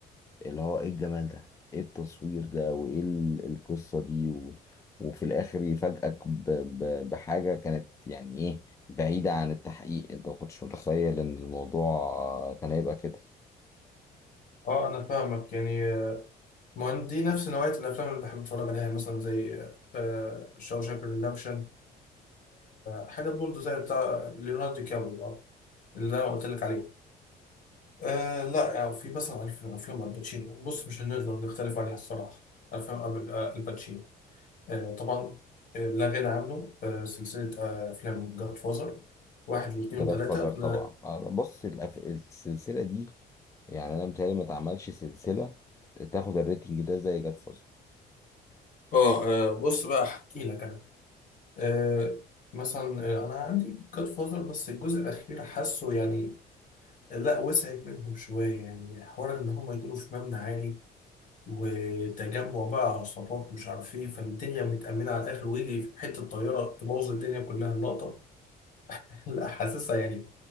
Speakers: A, on the left; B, on the left.
A: اللي هو ايه الجمال ده ايه التصوير ده وايه ال- القصة دي و... وفي الاخر يفاجئك ب... ب... بحاجة كانت يعني ايه بعيدة عن التحقيق انت ما كنتش متخيل ان الموضوع آه، كان هيبقى كده
B: اه انا فاهمك يعني آه، ما هو دي نفس نوعية الافلام اللي بحب اتفرج عليها مثلا زي آه، شاوشانك ريدمشن حاجة برضه زي بتاع ليوناردو دي كابريو اه اللي انا قلت لك عليه آه لا يعني في مثلا ألف- افلام الباتشينو بص مش هنقدر نختلف عليها الصراحة افلام أبل- آه، الباتشينو آه طبعا آه لا غنى عنه آه سلسلة آه افلام جاد فازر واحد واثنين
A: ده
B: وثلاثة
A: جاد فازر طبعا
B: انا
A: آه، بص الأف... السلسلة دي يعني انا متهيألي ما اتعملش سلسلة تاخد الريتنج ده زي جاد فازر
B: اه آه، بص بقى احكي لك انا آه، مثلا آه، انا عندي جاد فازر بس الجزء الاخير حاسه يعني لا وسعت منهم شويه يعني حوار ان هم يكونوا في مبنى عالي وتجمع بقى عصابات مش عارف ايه فالدنيا متأمنة على الآخر ويجي في حتة طيارة تبوظ الدنيا كلها اللقطة <laughs> لا حاسسها يعني